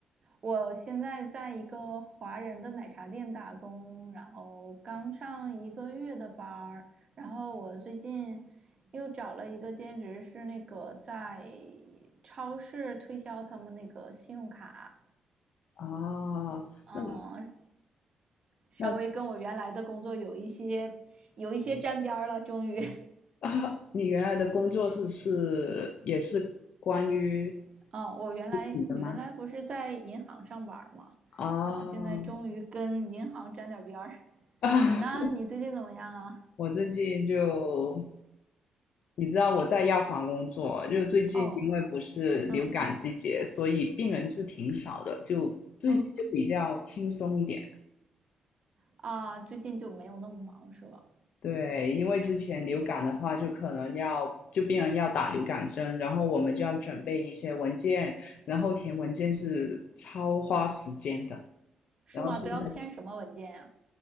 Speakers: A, on the right (about 45°); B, on the left (about 70°).
A: 我现在在一个华人的奶茶店打工，然后刚上一个月的班儿，然后我最近又找了一个兼职，是那个在超市推销他们那个信用卡。
B: 哦，
A: 嗯，
B: 那
A: 稍微跟我原来的工作有一些有一些沾边儿了，
B: 那
A: 终于
B: 啊，<laughs> 你原来的工作是是也是关于
A: <laughs> 啊，我原来我原来不是在银行上班嘛，
B: 自己的吗？哦，
A: 然后现在终于跟银行沾点边儿。<laughs>
B: <laughs>
A: 你呢？你最近怎么样啊？
B: 我最近就，你知道我在药房工作，就最近因为不是流感季节，
A: 哦，嗯
B: 所以病人是挺少的，就最近就比较轻松一点。
A: 嗯啊，最近就没有那么忙是吧？
B: 对，因为之前流感的话，就可能要就病人要打流感针，然后我们就要准备一些文件，然后填文件是超花时间的，
A: 是吗？
B: 然后现在。
A: 都要填什么文件呀、